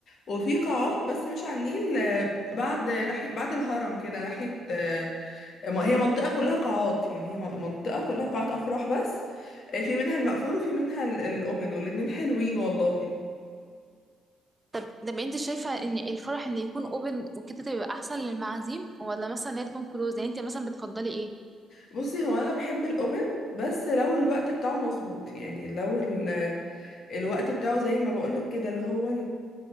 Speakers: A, on the left (about 60°); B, on the right (about 15°).
A: وفي قاعات بس مش على النيل آه، بعد ناحية بعد الهرم كده ناحية آه، ما هي منطقة كلها قاعات يعني هي منطقة كلها قاعات أفراح بس آه، في منها المقفول وفي منها ال- الأوبن والاتنين حلوين والله
B: طب طب انت شايفة ان الفرح ان يكون اوبن وكده تبقى احسن للمعازيم ولا مثلا ان هي تكون كلوز يعني انت مثلا بتفضلي ايه
A: بصي هو أنا بحب الأوبن بس لو الوقت بتاعه مظبوط يعني لو ال- الوقت بتاعه زي ما بقولك كده اللي هو